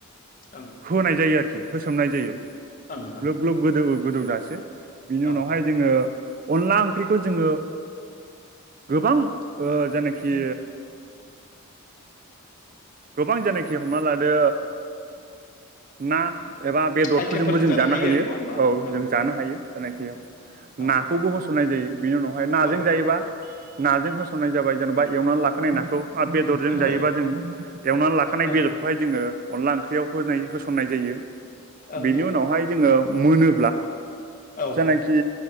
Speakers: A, on the left; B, on the right.
A: औ
B: होनाय जायो आरोखि होसोमनाय जायो
A: ओं ओं
B: ग्लोब ग्लोब गोदौ गोदौजसे बिनि उनावहाय
A: औ
B: जोङो अनला ओंख्रिखौ जोङो गोबां जायनाखि गोबां जेनाखि हमना लादो ना एबा बेदरफोरजोंबो
A: आइटेमफोरजों
B: जों जानो हायो
A: आरो नङा होमबा
B: औ
A: ओं
B: जों जानो हायो। जायनाखियाव
A: औ
B: नाखौबो होसननाय जायो बिनि उनावहाय नाजों
A: औ
B: जायोबा नाजों होसननाय जाबाय जेन'बा एवनानै लाखानाय नाखौ मा बेदरजों
A: होबाय
B: जायोबा जों एवनानै लाखानाय
A: ओं
B: बेदरखौ बेबादिनो अनला ओंख्रैयाव होनाय होसन्नाय जायो।
A: ओं
B: बेनि
A: ओं
B: उनावहाय जोंङो मोनो
A: औ ओं
B: जायनाखि